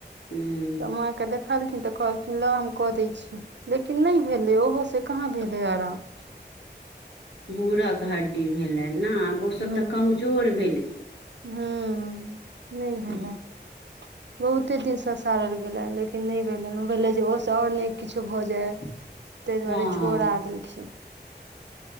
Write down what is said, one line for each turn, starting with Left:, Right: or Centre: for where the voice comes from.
Left: हुँ
Right: तऽ माँके देखलखिन तऽ कहलखिन लाउ हम कऽ दै छी लेकिन नहि भेलै ओहो से कहाँ भेलै आराम
Left: बूढ़क हड्डी भेलैन न आब ओ सब
Right: ह
Left: तऽ कमजोर भेलखिन
Right: हूँ नहि भेलनि
Left: <inaudible> <inaudible>
Right: बहुते दिन ससारल गेलए लेकिन नहि भेलनि ओ ओसँ और नहि किछो भऽ जाय
Left: <inaudible> <inaudible>
Right: तैई दुआरे
Left: हँ
Right: छोड़ा देलखिन